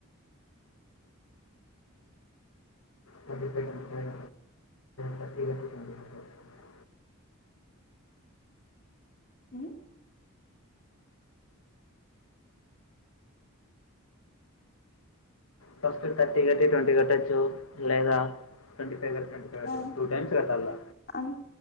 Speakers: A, on the left; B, on the left.
A: twenty five twenty five thirty కట్టి ట్వంటీ ఫైవ్
B: ఉమ్
A: ఫస్ట్ థర్టీ కట్టి ట్వంటీ కట్టచ్చు లేదా ట్వంటీ
B: ఆ
A: టూ టైమ్స్ కట్టాల
B: అంత్